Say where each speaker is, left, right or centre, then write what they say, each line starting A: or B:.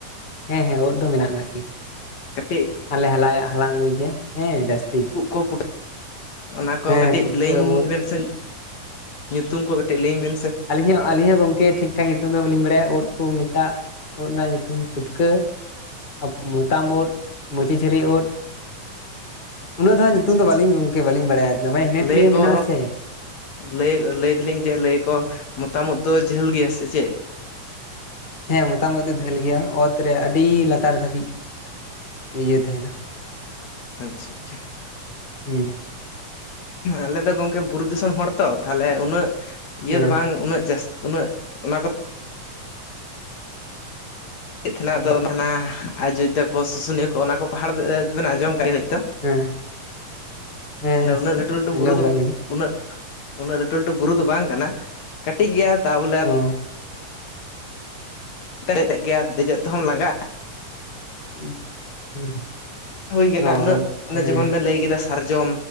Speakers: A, on the left; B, on the left.
A: ᱦᱮᱸ ᱦᱮᱸ ᱳᱫ ᱫᱚ ᱢᱮᱱᱟᱜ ᱠᱟᱜ ᱜᱮ᱾
B: ᱠᱟᱴᱤᱜ
A: ᱟᱞᱮ ᱦᱟᱞᱟᱭᱟ ᱦᱟᱞᱟᱝ ᱟᱹᱜᱩᱭ ᱜᱮᱭᱟ ᱦᱮᱸ ᱡᱟᱹᱥ
B: ᱩᱜ ᱠᱚ ᱯᱩᱴ ᱚᱱᱟ ᱠᱚ
A: ᱦᱮᱸ
B: ᱠᱟᱹᱴᱤᱡ
A: ᱯᱩᱴᱠᱟᱹ
B: ᱞᱟᱹᱭᱟᱹᱧ
A: ᱩᱫ
B: ᱵᱮᱱ ᱥᱮ᱾ ᱧᱩᱛᱩᱢ ᱠᱚ ᱠᱟᱹᱴᱤᱡ ᱞᱟᱹᱭᱟᱹᱧ ᱵᱤᱱ ᱥᱮ᱾
A: ᱟᱹᱞᱤᱧ ᱦᱚᱸ ᱟᱹᱞᱤᱧ ᱦᱚᱸ ᱜᱚᱝᱠᱮ ᱴᱷᱤᱠ ᱴᱷᱟᱠ ᱧᱩᱛᱩᱢ ᱫᱚ ᱵᱟᱟᱹᱞᱤᱧ ᱵᱟᱲᱟᱭᱟ ᱳᱫ ᱠᱚ ᱢᱮᱛᱟᱜ ᱳᱫ ᱨᱮᱱᱟᱜ ᱛᱩᱢ ᱯᱩᱴᱠᱟᱹ ᱟᱨ ᱢᱚᱛᱟᱢ ᱳᱫ, ᱢᱩᱪᱤ ᱪᱷᱟᱹᱨᱤ ᱳᱫ ᱩᱱᱟᱹᱜ ᱫᱚ ᱦᱟᱸᱜ
B: ᱟᱪᱪᱷᱟ
A: ᱧᱩᱛᱩᱢ ᱫᱚ
B: ᱟᱪᱪᱷᱟ
A: ᱵᱟᱹᱞᱤᱧ ᱜᱚᱝᱠᱮ ᱵᱟᱹᱞᱤᱧ ᱵᱟᱲᱟᱭᱟ᱾ ᱫᱚᱢᱮ ᱦᱤᱱᱟᱹ
B: ᱞᱟᱹᱭ
A: ᱱᱤᱭᱟᱹ
B: ᱟᱠᱚ
A: ᱢᱮᱱᱟᱜ ᱟᱥᱮ
B: ᱞᱟᱹᱭ ᱞᱟᱹᱭ ᱫᱟᱹᱞᱤᱧ ᱡᱮ ᱞᱟᱹᱭ ᱟᱠᱚ ᱢᱚᱛᱟᱢ ᱩᱫ ᱫᱚ ᱡᱷᱟᱹᱞ ᱜᱮᱭᱟ ᱥᱮ ᱪᱮᱫ?
A: ᱦᱮᱸ ᱢᱚᱛᱟᱢ ᱫᱚ ᱝᱷᱟᱹᱞ ᱜᱮᱭᱟ, ᱚᱛ ᱨᱮ ᱟᱹᱰᱤ ᱞᱟᱛᱟᱨ ᱫᱷᱟᱹᱵᱤᱡ᱾ ᱤᱭᱟᱹ ᱛᱟᱦᱮᱱᱟ᱾
B: ᱟᱪᱪᱷᱟ ᱟᱪᱪᱷᱟ᱾
A: ᱦᱮᱸ᱾
B: ᱟᱞᱮ ᱫᱚ ᱜᱚᱢᱠᱮ ᱵᱩᱨᱩ ᱫᱤᱥᱚᱢ ᱦᱚᱲ ᱛᱚ, ᱛᱟᱦᱚᱞᱮ ᱩᱱᱟᱹᱜ ᱤᱭᱟᱹ
A: ᱦᱮᱸ
B: ᱫᱚ ᱵᱟᱝ ᱩᱱᱟᱹᱜ ᱡᱟᱹᱥ ᱩᱱᱟᱹᱜ ᱚᱱᱟ ᱠᱚᱫᱚ ᱪᱮᱫ ᱛᱮᱱᱟᱜ ᱫᱚ
A: ᱵᱟ
B: ᱚᱱᱟ ᱚᱱᱟ ᱟᱡᱳᱫᱽᱫᱷᱟ ᱠᱚ ᱥᱩᱥᱩᱱᱤᱭᱟ ᱠᱚ ᱚᱱᱟ ᱠᱚ ᱯᱟᱦᱟᱲ ᱵᱮᱱ ᱟᱸᱡᱚᱢ ᱠᱟᱜ ᱜᱮᱭᱟ ᱦᱳᱭ ᱛᱚ
A: ᱦᱮᱸ ᱦᱮᱸ
B: ᱛᱟᱦᱞᱮ ᱩᱱᱟᱹᱜ ᱞᱟᱹᱴᱩ ᱞᱟᱹᱴᱩ
A: ᱟᱸᱡᱚᱢ
B: ᱵᱩᱨᱩ ᱫᱚ
A: ᱠᱟᱜ ᱜᱮᱭᱟᱞᱤᱧ
B: ᱩᱱᱟᱹᱜ ᱩᱱᱟᱹᱜ ᱞᱟᱹᱴᱩ ᱞᱟᱹᱴᱩ ᱵᱩᱨᱩ ᱫᱚ ᱵᱟᱝ ᱠᱟᱱᱟ, ᱠᱟᱹᱴᱤᱡ ᱜᱮᱭᱟ ᱛᱟ ᱵᱚᱞᱮ
A: ᱦᱚᱸ᱾
B: <unintelligible> ᱜᱮᱭᱟ ᱫᱮᱡᱚᱜ ᱛᱮᱦᱚᱢ ᱞᱟᱸᱜᱟᱜᱼᱟ᱾
A: ᱩᱸ ᱦᱩᱸ᱾
B: ᱦᱳᱭ ᱠᱟᱱᱟ
A: ᱚ
B: ᱩᱱᱟᱹᱜ ᱚᱱᱮ
A: ᱦᱮᱸ
B: ᱡᱮᱢᱚᱱ ᱵᱮᱱ ᱞᱟᱹᱭ ᱠᱮᱫᱟ ᱥᱟᱨᱡᱚᱢ